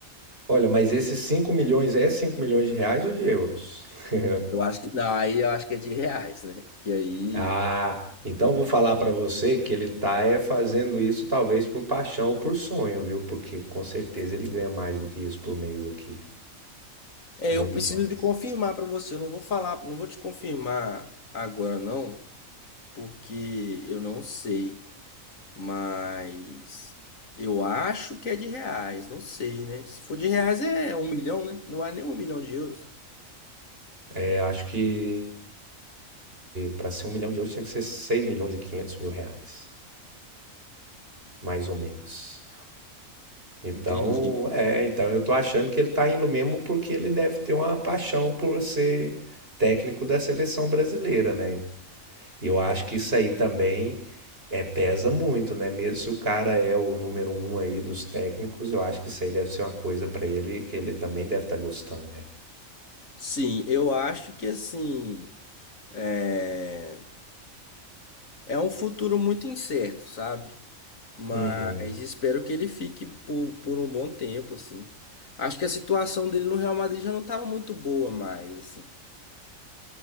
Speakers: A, on the right; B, on the left.
A: Olha, mas esses 5 milhões é 5 milhões de reais ou de euros? <laughs>
B: Eu acho que não, aí eu acho que é de reais, né? Que aí,
A: Ah, então
B: se não.
A: vou falar para você que ele tá é fazendo isso talvez por paixão ou por sonho, viu? Porque com certeza ele ganha mais do que isso por mês aqui,
B: É,
A: muito
B: eu preciso
A: mais.
B: de confirmar pra você. Eu não vou falar, não vou te confirmar agora não, porque eu não sei. Mas eu acho que é de reais, não sei, né? Se for de reais é um milhão, né? Não é nem um milhão de euros.
A: É, acho que para ser um milhão de euros tinha que ser seis milhões e quinhentos mil reais, mais ou menos. Então,
B: Entendi.
A: é, então eu tô achando que ele tá indo mesmo porque ele deve ter uma paixão por ser técnico da seleção brasileira, né? E eu acho que isso aí também é, pesa muito, né? Mesmo se o cara é o número um aí dos técnicos, eu acho que isso aí deve ser uma coisa pra ele que ele também deve estar gostando, né?
B: Sim, eu acho que assim é, é um futuro muito incerto, sabe? Mas
A: Uhum.
B: espero que ele fique por, por um bom tempo, assim. Acho que a situação dele no Real Madrid já não estava muito boa mais, assim.